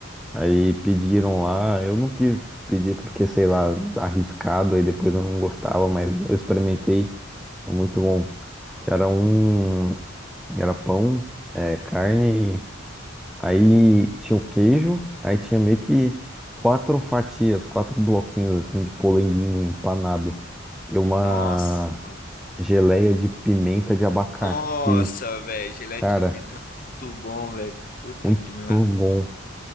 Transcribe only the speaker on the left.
Nossa, mano.
Nossa, velho. Geleia
de pimenta é muito bom, velho. Puta
que merda.